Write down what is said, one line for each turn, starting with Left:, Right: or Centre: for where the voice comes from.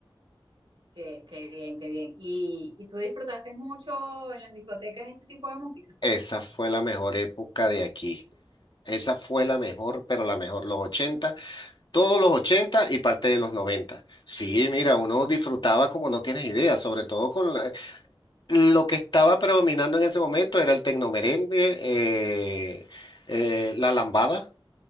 Right: Qué, qué bien, qué bien. ¿Y, y tú disfrutaste mucho en las discotecas este tipo de música?
Left: Esa fue la mejor época de aquí. Esa fue la mejor, pero la mejor, los 80. Todos los 80 y parte de los 90. Sí, mira, uno disfrutaba como no tienes idea, sobre todo con la- lo que estaba predominando en ese momento era el tecnomerengue, eh, eh, la lambada,